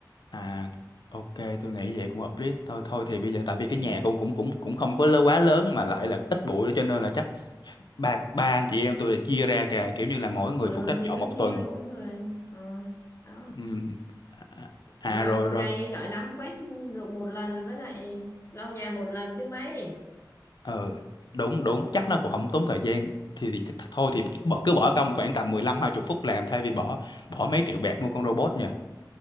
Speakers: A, on the left (about 65°); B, on the left (about 35°).
A: à ok tôi nghĩ vậy cũng hợp lý thôi thôi thì bây giờ tại vì
B: ừ.
A: cái nhà cũng cũng cũng cũng không có lớ- quá lớn mà lại là ít bụi nữa cho nên là chắc ba ba anh chị em tôi là chia ra cả kiểu như là mỗi người
B: Ờ,
A: phụ trách
B: thì
A: dọn
B: cứ
A: một
B: chia
A: tuần
B: mỗi người Ờ, đó
A: ừ. à, à à,
B: mà
A: rồi
B: một
A: rồi
B: ngày giỏi lắm quét được một lần với lại lau nhà một lần chứ mấy
A: ờ đúng đúng chắc nó cũng không tốn thời gian thì, thì th- thôi thì
B: ừ.
A: bỏ cứ bỏ công khoảng tầm mười lăm hai 20 phút làm thay vì bỏ bỏ mấy triệu bạc mua con robot nha